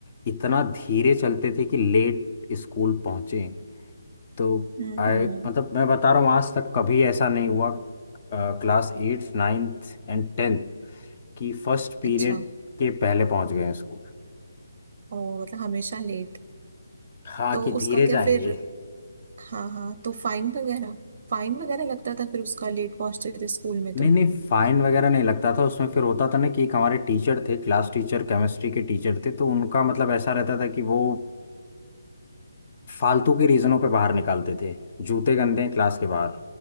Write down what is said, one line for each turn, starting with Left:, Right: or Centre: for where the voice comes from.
Left: इतना धीरे चलते थे कि लेट स्कूल पहुंचे तो
Right: हम्म
Left: आई
Right: हम्म
Left: मतलब मैं बता रहा हूँ आज तक कभी ऐसा नहीं हुआ class eighth ninth and tenth की फर्स्ट पीरियड
Right: अच्छा
Left: के पहले पहुंच गए स्कूल
Right: ओ मतलब हमेशा लेट
Left: हाँ
Right: तो
Left: कि
Right: उसका
Left: धीरे
Right: क्या
Left: जाएंगे
Right: फिर हाँ हाँ तो फाइन वगैरह फाइन वगैरह लगता था फिर उसका लेट पहुंचते थे स्कूल में तो
Left: नहीं नहीं फाइन वगैरह नहीं लगता था उसमें फिर होता था ना कि एक हमारे टीचर थे क्लास टीचर केमिस्ट्री के टीचर थे तो उनका मतलब ऐसा रहता था कि वो फालतू के रीजनों पे बाहर निकालते थे जूते गंदे हैं क्लास के बाहर